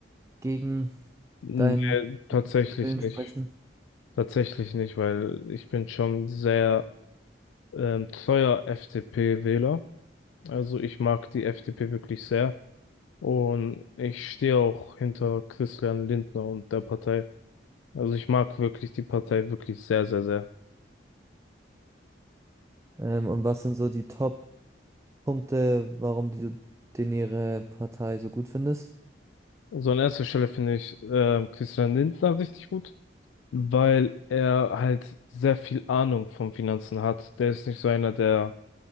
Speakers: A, on the right (about 15°); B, on the left (about 85°).
A: gegen
B: Nee,
A: deinen
B: tatsächlich
A: Willen
B: nicht.
A: sprechen?
B: Tatsächlich nicht, weil ich bin schon sehr ähm, treuer FDP-Wähler. Also ich mag die FDP wirklich sehr. Und ich stehe auch hinter Christian Lindner und der Partei. Also ich mag wirklich die Partei wirklich sehr, sehr, sehr.
A: Ähm, und was sind so die Top-Punkte, warum die, du- den ihre Partei so gut findest?
B: So an erster Stelle finde ich ähm, Christian Lindner richtig gut. weil er halt sehr viel Ahnung vom Finanzen hat. Der ist nicht so einer, der